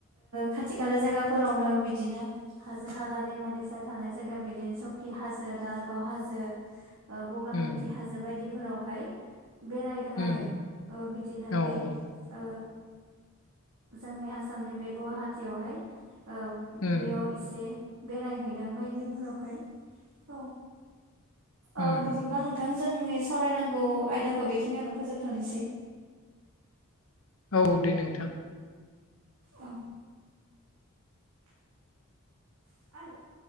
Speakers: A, on the right; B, on the left.
A: खाथि खाला जायगाफोरावनो बिदिनो हाजो हाला दैमा दैसा थानाय जायगा बिदिनो सकि हाजो दारागाव हाजो बगामाथि
B: उम
A: हाजो बायदिफोरावहाय बेरायदों आरो
B: उम
A: ओ बिदिनो
B: औ
A: बे
B: औ
A: ओ जोंनि आसामनि बे गुवाहाटियावहाय ओ
B: उम
A: बेयाव एसे बेरायहैदों बायदिफोरावहाय औ ओ
B: उम
A: बिदिब्ला नों नोंथां जोंनि सावरायनांगौ आयदाखौ बेखिनियावनो फोजोबथ'नोसै।
B: औ दे नोंथां।
A: औ। <unintelligible>